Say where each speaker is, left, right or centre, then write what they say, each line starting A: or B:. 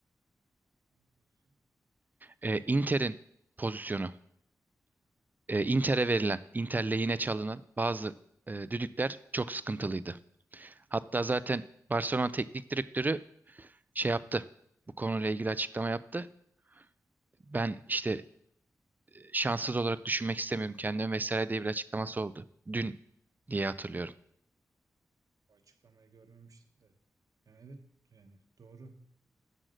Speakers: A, on the right (about 70°); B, on the right (about 30°).
A: Hangi pozisyon?
B: Ee, Inter'in pozisyonu. Ee, Inter'e verilen, Inter lehine çalınan bazı e, düdükler çok sıkıntılıydı.
A: Evet,
B: Hatta
A: vallahi.
B: zaten Barcelona teknik direktörü şey yaptı. Bu konuyla ilgili açıklama yaptı. Ben işte e, şanssız olarak düşünmek istemiyorum kendimi vesaire diye bir açıklaması oldu. Dün diye hatırlıyorum.
A: Bu açıklamayı görmemiştim de. Yani evet yani doğru.